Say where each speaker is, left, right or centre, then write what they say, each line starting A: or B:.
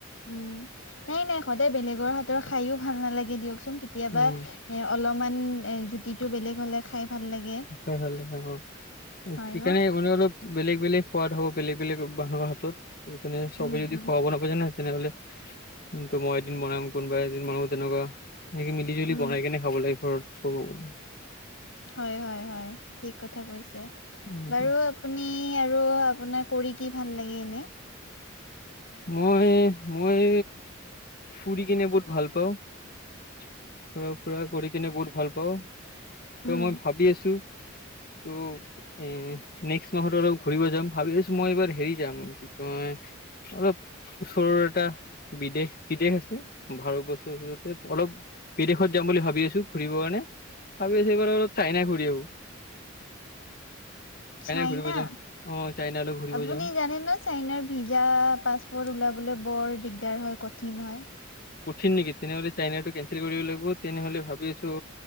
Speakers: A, on the left; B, on the left.
A: উম'- নাই নাই সদায় বেলেগৰ হাতৰ খাইও ভাল নালাগে দিয়কচোন কেতিয়াবা
B: উম
A: এ' অলপমান এ'- জুতিতটো বেলেগ হ'লে খাই ভাল লাগে।
B: খাই ভাল লাগে অ'-
A: হয়
B: এইকাৰণে
A: ন
B: অলপ অলপ বেলেগ বেলেগ সোৱাদ হ'ব, বেলেগ বেলেগ মানুহৰ তত সেইকাৰণে চবে
A: উম
B: যদি
A: উম
B: খুৱাব ন? বুজা নাই তেনেহলে, কিন্তু মই এদিন বনাম কোনোবাই এদিন বনাব তেনেকুৱা। সেনেকে মিলি জুলি
A: উম
B: বনাই কিনে খাব লাগিব আৰু ক'ব গলে
A: হয়, হয়, হয়। ঠিক কথা কৈছে,
B: উম
A: বাৰু আ আপুনি আৰু আপোনা কৰি কি ভাল লাগে এনেই?
B: মই মই ফুৰি কিনে বহুত ভাল পাওঁ। ফুৰা ফুৰা কৰি কিনে বহুত ভাল পাওঁ। ত'
A: উম
B: মই ভাবি আছো তো, এ নেক্সট মাহত অলপ ঘুৰিব যাম, ভাবি আছো মই এইবাৰ হেৰি যাম, কি কয় অলপ ওচৰৰ এটা বিদেশ, বিদেশ আছে। ভাৰত <unintelligible> অলপ বিদেশত যাম বুলি ভাবি আছো, ঘুৰিবৰ কাৰণে। ভাবি আছো এইবাৰ অলপ চাইনাই ঘুৰি আহো।
A: চাইনা?
B: ঘূৰিব যাম অ চাইনালৈ ঘূৰিব
A: আপুনি
B: যাম
A: জানে ন চাইনাৰ ভিজা, পাছপৰ্ট ওলাবলে বৰ দিগদাৰ হয়, কঠিন হয়।
B: কঠিন নেকি? তেনেহলে চাইনাটো কেনচেল কৰিব লাগিব। তেনেহলে ভাবি আছো